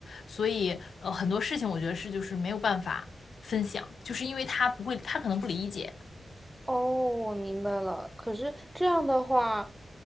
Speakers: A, on the left (about 75°); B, in the centre.
A: 所以呃很多事情我觉得是就是没有办法。分享，就是因为他不会，他可能不理解。
B: 哦，我明白了。可是这样的话，